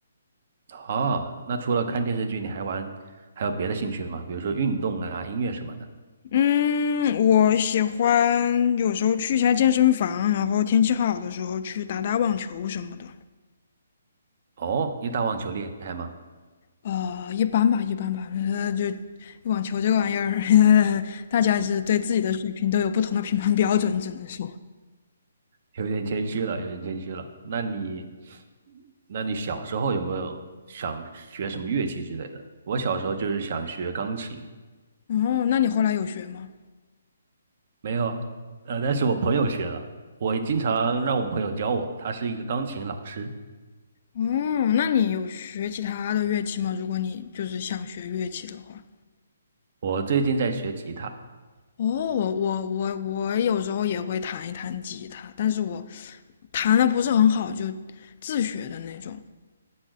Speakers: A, on the right; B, on the left.
A: 哦，那除了看电视剧，你还玩还有别的兴趣吗？比如说运动啊、音乐什么的。
B: 嗯，我喜欢有时候去一下健身房，然后天气好的时候去打打网球什么的。
A: 哦，你打网球厉害吗？
B: 呃，一般吧，一般吧。呃，就网球这个玩意儿，<laughs> 大家是对自己的水平都有不同的评判标准，只能说。
A: 有点谦虚了，有点谦虚了。那你，那你小时候有没有想学什么乐器之类的？我小时候就是想学钢琴，
B: 哦，那你后来有学吗？
A: 没有啊，呃，但是我朋友学了，我经常让我朋友教我，他是一个钢琴老师。
B: 嗯，那你有学其他的乐器吗？如果你就是想学乐器的话。
A: 我最近在学吉他，
B: 哦，我我我我有时候也会弹一弹吉他，但是我弹的不是很好，就自学的那种。